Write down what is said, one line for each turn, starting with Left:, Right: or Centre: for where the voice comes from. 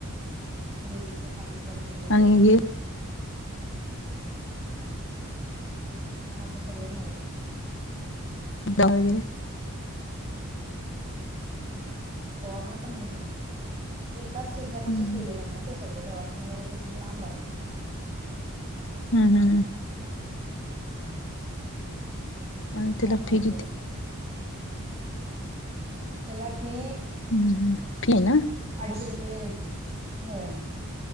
Right: विहिरीतन पाणी काढतीललं
Left: आणि हे
Right: असं सगळे राहायेत
Left: द वगैरे
Right: दवाखाना पण आहे की एकाच शेच्याात असं
Left: हम्म
Right: केलेलं आहे ना ते सगळं दवाखा जरा तिं लांब आहे
Left: हम् हम हम
Right: ह्
Left: आणि
Right: खरा
Left: त्याला फी
Right: आहेो
Left: किती
Right: त्याला फी
Left: हम्म हम् फ ना
Right: अडीचशे रुपये होय